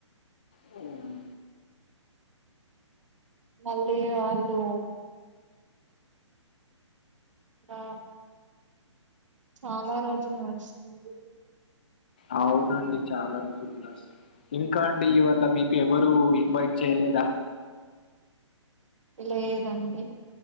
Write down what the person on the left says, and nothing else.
హ్మ్
అవునండి చాలా రోజులు నడుస్తుంది ఇంకా అండి ఇవల మీకు ఎవరు ఇన్వైట్ చేయాలె లేదా